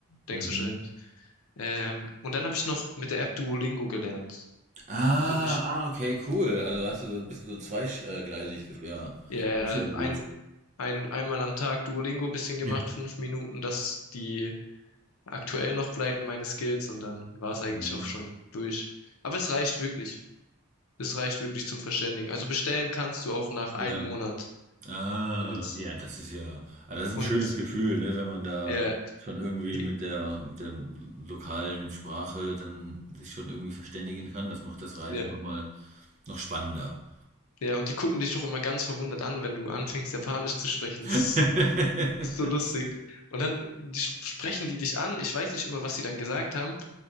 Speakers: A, on the left; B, on the right.
A: denkst
B: Mhm.
A: wahrscheinlich Ähm, und dann habe ich noch mit der App Duolingo gelernt,
B: Ah,
A: um mich,
B: ah, okay, cool. Also hast du so ein bisschen so zweigleisig gefühlt. Ja,
A: ja,
B: das ist ja gut.
A: ein, ein, einmal am Tag Duolingo bisschen gemacht,
B: Ja.
A: fünf Minuten, dass die aktuell noch bleiben, meine Skills, und dann war es eigentlich
B: Mhm.
A: auch schon durch. Aber es reicht wirklich. Es reicht wirklich zum Verständigen. Also bestellen kannst du auch nach einem
B: Ja.
A: Monat.
B: Ah,
A: Und jetzt,
B: ja, das ist ja, ah, das ist ein
A: und
B: schönes Gefühl, ne, wenn man da
A: ja,
B: schon irgendwie
A: die,
B: mit der, mit der lokalen Sprache dann sich schon irgendwie verständigen kann. Das macht das Reisen
A: ja,
B: nochmal noch spannender.
A: ja, und die gucken dich doch immer ganz verwundert an, wenn du anfängst, Japanisch zu sprechen.
B: <laughs>
A: Das ist, das ist so lustig. Und dann die, sprechen die dich an. Ich weiß nicht immer, was sie dann gesagt haben.